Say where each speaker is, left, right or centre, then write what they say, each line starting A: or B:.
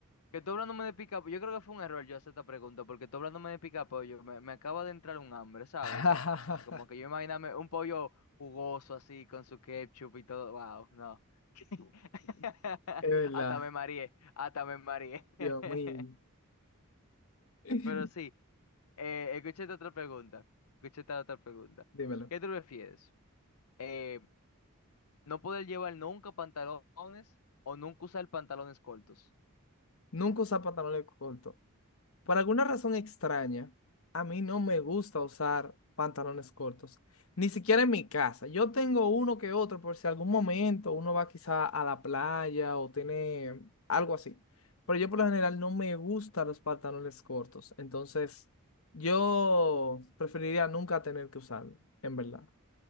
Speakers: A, on the left (about 80°); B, on the left (about 65°).
A: Que tú hablándome de pica, yo creo que fue un error yo hacer esta pregunta porque tú hablándome de pica pollo, me, me acaba de entrar un hambre, ¿sabes?
B: <laughs>
A: O sea, como que yo imaginarme un pollo jugoso así con su ketchup y todo. Wow, no. <laughs>
B: es verdad.
A: Hasta me mareé, hasta me mareé.
B: Yo
A: <laughs>
B: muy, <laughs>
A: Pero sí, eh, escuché esta otra pregunta. Escuché esta otra pregunta.
B: Dímelo.
A: ¿Qué tú prefieres? Eh, No poder llevar nunca pantalones o nunca usar pantalones cortos.
B: Nunca usar pantalones cortos. Por alguna razón extraña, a mí no me gusta usar pantalones cortos, ni siquiera en mi casa. Yo tengo uno que otro por si algún momento uno va quizá a la playa o tiene algo así. Pero yo por lo general no me gustan los pantalones cortos, entonces yo preferiría nunca tener que usarlo, en verdad.